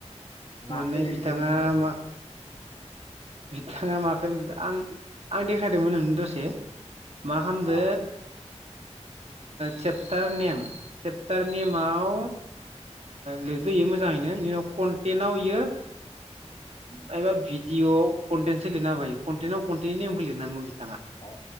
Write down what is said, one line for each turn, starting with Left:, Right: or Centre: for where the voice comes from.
Left: माखौ
Right: माने
Left: लिरखोनो
Right: बिथाङा
Left: दा बेयो
Right: मा बिथाङा माखौ लिरखो आं देखायदोंमोन नोंनो दसे मा खामदो
Left: अ
Right: चेप्टार नेम सेेप्टार नेमाव लिरदो इयो मोजाङैनो बिनि उनाव कन्टेनाव बियो माइबा भिडिअ' कन्टेन सो लिरना होबाय इयो कन्टेनाव कन्टेननि नेमखौ लिरनांगोमोन बियो
Left: अ